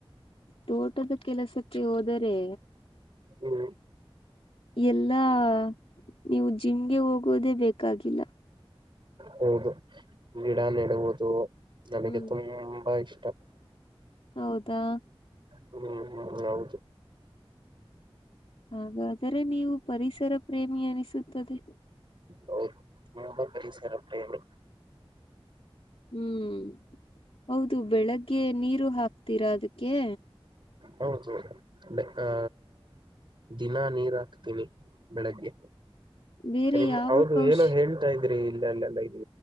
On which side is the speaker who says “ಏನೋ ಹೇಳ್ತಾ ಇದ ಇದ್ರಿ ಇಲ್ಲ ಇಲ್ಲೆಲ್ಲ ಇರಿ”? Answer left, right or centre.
Right